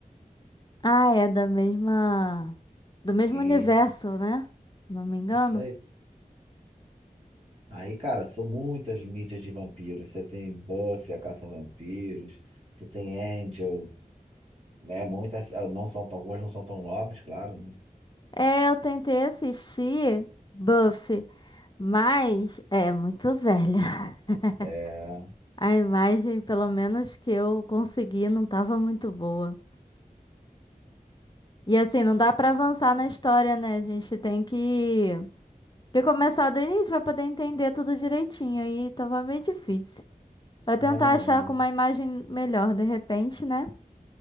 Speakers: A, on the left; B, on the right.
A: Ah, é da mesma. Do mesmo
B: Isso,
A: universo, né? Se não me engano.
B: isso aí. Aí, cara, são muitas mídias de vampiros. Você tem Buffy, a Caça-Vampiros, você tem Angel, É Muitas, ah, não são tão, algumas não são tão novas, claro, né?
A: É, eu tentei assistir Buffy. Mas é muito velha.
B: É,
A: <laughs> A imagem, pelo menos que eu consegui, não estava muito boa. E assim, não dá para avançar na história, né? A gente tem que, que começar do início para poder entender tudo direitinho. Aí tava meio difícil. Vou
B: não,
A: tentar achar
B: é.
A: com uma imagem melhor, de repente, né?